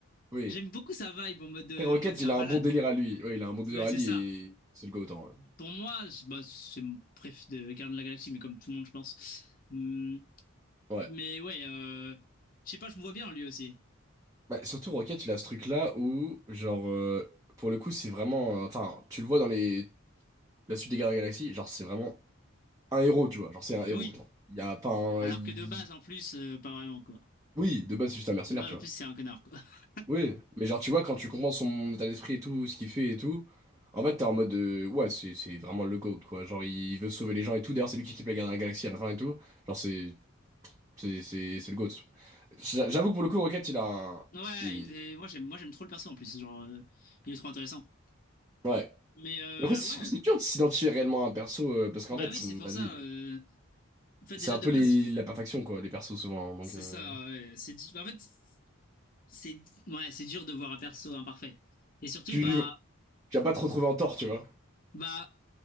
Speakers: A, on the right; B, on the left.
A: oui.
B: J'aime beaucoup sa vibe en mode, euh,
A: Après, Rocket,
B: en mode c'est
A: il
B: un
A: a
B: malade.
A: un bon délire à lui. Ouais, il a un bon délire
B: Ouais,
A: à
B: c'est
A: lui
B: ça.
A: et c'est le go-autant. Ouais.
B: Pour moi, c'est- bah, c'est mon préf de Gardiens de la Galaxie, mais comme tout le monde, je pense. Hum,
A: Ouais.
B: Mais ouais, euh, je sais pas, je me vois bien lui aussi.
A: Bah, surtout Rocket, il a ce truc-là où, genre, euh, pour le coup, c'est vraiment. euh, Enfin, tu le vois dans les... la suite des Gardiens de la Galaxie, genre, c'est vraiment un héros, tu vois. Genre, c'est un héros.
B: Oui.
A: Genre. Il y a pas un.
B: Alors
A: il-
B: que de base, en plus, euh, pas vraiment quoi.
A: Oui, de base, c'est juste un mercenaire,
B: De base,
A: tu
B: en
A: vois.
B: plus, c'est un connard quoi. <laughs>
A: Oui, mais genre, tu vois, quand tu comprends son état d'esprit et tout, ce qu'il fait et tout, en fait, t'es en mode. euh, Ouais, c'est c'est vraiment le GOAT, quoi. Genre, il veut sauver les gens et tout. D'ailleurs, c'est lui qui équipe les Gardiens de la Galaxie à la fin et tout. Genre, c'est. C'est c'est- c'est le GOAT. J'a- J'avoue que pour le coup, Rocket, il a un.
B: Ouais,
A: il-
B: il est- moi j'aime, moi j'aime trop le perso en plus, genre, euh, il est trop intéressant.
A: Ouais.
B: Mais euh,
A: Après, c'est
B: ouais,
A: je trouve que c'est dur de s'identifier réellement à un perso, euh, parce qu'en
B: bah
A: fait,
B: oui,
A: c'est-
B: c'est pour
A: vas-y,
B: ça. euh, En fait,
A: c'est
B: déjà
A: un peu
B: de base,
A: les, la perfection, quoi, les persos, souvent. hein, donc,
B: c'est
A: euh,
B: ça. ouais, C'est, di- en fait, c'est, ouais, c'est dur de voir un perso imparfait. Et surtout,
A: tu,
B: bah,
A: tu vas pas te retrouver en tort, tu vois.
B: bah,